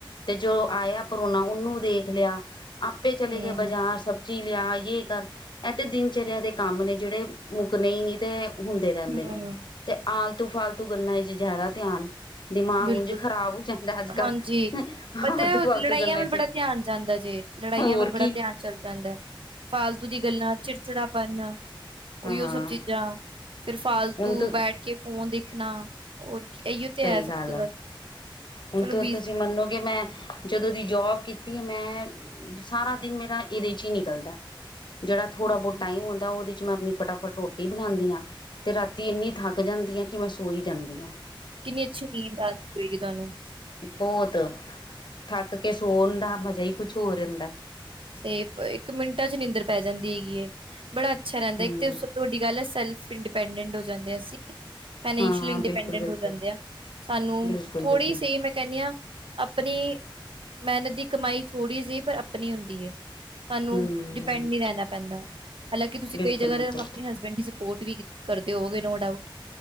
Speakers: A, on the left; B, on the right.
A: ਤੇ ਜੋ ਆਇਆ ਪਰੋਨਾ ਉਹਨੂੰ ਦੇਖ ਲਿਆ। ਆਪੇ ਚਲੇ
B: ਹੂੰ,
A: ਗਏ ਬਾਜ਼ਾਰ ਸਭ ਜੀ ਲਿਆ ਯੇ ਕਰ। ਐ ਤੇ ਦਿਨਚਰਿਆ ਦੇ ਕੰਮ ਨੇ ਜੇੜੇ, ਮੁਕਣੇ ਈ ਨਈ ਤੇ ਹੁੰਦੇ ਰਹਿੰਦੇ
B: ਹੂੰ,
A: ਨੇ, ਤੇ ਆਲਤੂ ਫਾਲਤੂ ਗੱਲਾਂ ਵਿੱਚ ਜ਼ਿਆਦਾ ਧਿਆਨ। ਦਿਮਾਗ
B: ਬਿਲਕੁਲ,
A: ਉਝ ਖ਼ਰਾਬ ਹੋ ਜਾਂਦਾ ਐ ਅੱਜ- ਕੱਲ੍ਹ।
B: ਹਾਂਜੀ।
A: ਫਾਲਤੂ
B: ਪਤਾ ਐ,
A: ਫਾਲਤੂ
B: ਓ ਲੜਾਈਆਂ
A: ਗੱਲਾਂ
B: ਵਲ ਬੜਾ
A: ਚ
B: ਧਿਆਨ ਜਾਂਦਾ ਜੇ। ਲੜਾਈਆਂ
A: ਹੋਰ
B: ਵਲ ਬੜਾ
A: ਕੀ
B: ਧਿਆਨ ਚਲ ਜਾਂਦਾ ਐ। ਫਾਲਤੂ ਦੀ ਗੱਲਾਂ, ਚਿੜਚਿੜਾਪਨ। ਓਇਓ
A: ਹਾਂ
B: ਸਭ ਚੀਜ਼ਾਂ। ਫਿਰ ਫਾਲਤੂ
A: ਹੁਣ ਤ
B: ਬੈ ਕੇ ਫੋਨ ਦੇਖਣਾ। ਔਰ ਕੀ ਐਇਓ ਤੇ
A: ਸਹੀ
B: ਐ ਸਭ।
A: ਗੱਲ
B: ਤੋਂ
A: ਹੈ
B: ਜ਼ਿਆਦਾ
A: ਹੁਣ
B: ਚਲੋ
A: ਤ
B: ਬੀਜ਼
A: ਤੁਸੀਂ, ਮੰਨੋਗੇ ਮੈਂ ਜਦੋਂ ਦੀ ਜੋਬ ਕੀਤੀ ਏ ਮੈਂ, ਸਾਰਾ ਦਿਨ ਮੇਰਾ ਇਹਦੇ 'ਚ ਈ ਨਿਕਲਦਾ ਏ। ਜੇੜਾ ਥੋੜਾ
B: ਹੂੰ,
A: ਬਹੁਤ ਟਾਈਮ ਹੁੰਦਾ ਉਹਦੇ 'ਚ ਮੈਂ ਆਪਣੀ ਫਟਾਫਟ ਰੋਟ ਰੋਟੀ ਬਣਾਂਦੀ ਆਂ। ਤੇ ਰਾਤੀ ਇੰਨੀ ਥੱਕ ਜਾਂਦੀ ਆ ਕਿ ਮੈਂ ਸੋ ਈ ਜਾਂਦੀ ਆਂ।
B: ਕਿੰਨੀ ਅੱਛੀ ਨੀਂਦ ਆਂਦੀ ਹੋਏਗੀ ਤੁਆਨੂੰ?
A: ਬਹੁਤ, ਥੱਕ ਕੇ ਸੋਣ ਦਾ ਮਜ਼ਾ ਈ ਕੁੱਛ ਹੋਰ ਹੁੰਦਾ।
B: ਸੇਪ, ਇੱਕ ਮਿੰਟਾਂ 'ਚ ਨੀਂਦਰ ਪੈ ਜਾਂਦੀ ਹੈਗੀ ਏ। ਬੜਾ ਅੱਛਾ ਰਹਿੰਦਾ
A: ਹਮ
B: ਏਕ ਤੇ ਸ ਤੋਡੀ ਗੱਲ ਐ ਸੈਲਫ ਇੰਡੀਪੈਂਡੈਂਟ ਹੋ ਜਾਂਦੇ ਅਸੀਂ। ਫੇਨੈਂਸਿਲ
A: ਹਾਂ
B: ਇੰਡੀਪੈਂਡਟ
A: ਬਿਲਕੁਲ ਬਿਲਕੁਲ
B: ਹੋ ਜਾਂਦੇ ਆ। ਸਾਨੂੰ,
A: ਬਿਲਕੁਲ
B: ਥੋੜ੍ਹੀ
A: ਬਿਲਕੁਲ
B: ਸੀ ਮੈਂ ਕਹਿਣੀ ਆਂ ਅਪਣੀ, ਮੇਹਨਤ ਦੀ ਕਮਾਈ ਥੋੜ੍ਹੀ ਜੀ, ਪਰ ਅਪਣੀ ਹੁੰਦੀ ਏ। ਸਾਨੂੰ
A: ਹਮ
B: ਡਿਪੈਂਡ ਨੀ ਰਹਿਣਾ ਪੈਂਦਾ। ਹਾਲਾਕੀ ਤੁਸੀਂ
A: ਬਿਲਕੁਲ
B: ਕਈ ਜਗ੍ਹਾ
A: ਬਿਲਕੁਲ
B: ਤੇ ਆਪਣੇ ਹਸਬੈਂਡ ਦੀ ਸ ਪੋਟ ਵੀ ਕਰਦੇ ਹੋਵੋਗੇ, ਨੋ ਡਾਊਟ।